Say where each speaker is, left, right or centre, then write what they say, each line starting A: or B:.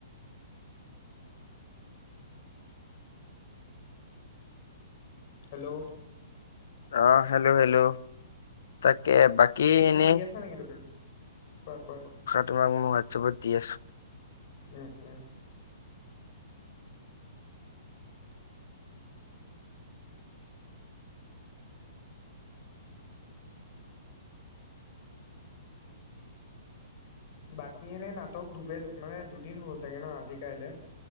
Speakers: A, on the left (about 40°); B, on the left (about 70°).
A: হেল্ল'
B: অ হেল্লো হেল্লো তাকে বাকী
A: হেৰি তুমি
B: এনেই
A: দি আছা নেকি টপিক? কোৱা কোৱা
B: তোমাক মই হোৱাটছএপত দি আছো
A: উম উম। বাকী এনে নাটক দুবেল মানে দুদিন হল চাগে ন আজি কাইলে।